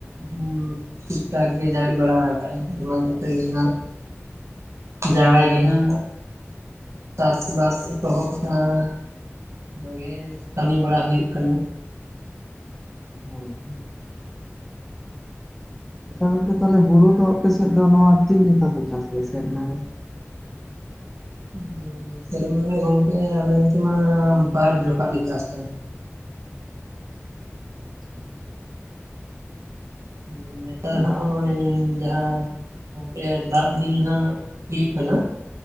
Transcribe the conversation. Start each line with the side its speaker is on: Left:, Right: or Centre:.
Right: ᱦᱩᱸ ᱴᱷᱤᱠ ᱴᱟᱠ ᱜᱮ ᱡᱟᱲᱤ ᱵᱟᱲᱟ ᱦᱟᱠᱟᱜ ᱟᱭ, ᱱᱚᱣᱟ ᱠᱚᱛᱮ ᱜᱮ ᱦᱟᱸᱜ ᱡᱟᱦᱟᱸᱭ ᱜᱮ ᱱᱷᱟᱸᱻᱜ ᱪᱟᱥᱼᱵᱟᱥ ᱮᱛᱚᱦᱚᱵ ᱟᱠᱟᱱᱟ, ᱚᱱᱟᱜᱮ ᱠᱟᱹᱢᱤ ᱵᱟᱲᱟ ᱦᱩᱭᱩᱜ ᱠᱟᱱᱟ᱾
Centre: ᱦᱩᱭ ᱦᱚᱭ ᱾ ᱟᱪᱪᱷᱟ ᱜᱚᱝᱠᱮ ᱛᱟᱦᱮᱞᱮ ᱦᱩᱲᱩ ᱫᱚ ᱟᱯᱮ ᱥᱮᱫ ᱫᱚ ᱱᱚᱣᱟ ᱛᱤᱱ ᱡᱮᱠᱷᱟ ᱯᱮ ᱪᱟᱥ ᱜᱮᱭᱟ ᱥᱮᱨᱢᱟ ᱨᱮ?
Right: <unintelligible> ᱱᱚᱛᱮ ᱨᱮᱢᱟ ᱜᱚᱝᱠᱮ ᱟᱞᱮ ᱱᱚᱛᱮ ᱢᱟ ᱵᱟᱨ ᱡᱚᱠᱷᱟᱜ ᱞᱮ ᱪᱟᱥᱼᱟ᱾
Centre: ᱟᱪᱪᱷᱟ,
Right: <unintelligible> ᱱᱮᱛᱟᱨ
Centre: ᱟᱫᱚ
Right: ᱦᱟᱸᱜ ᱦᱚᱸᱜᱼᱚᱭ ᱡᱟᱦᱟᱸ ᱜᱚᱝᱠᱮ ᱫᱟᱜ ᱫᱤᱱ ᱱᱷᱟᱸᱜ ᱦᱩᱭᱩᱜ ᱠᱟᱱᱟ,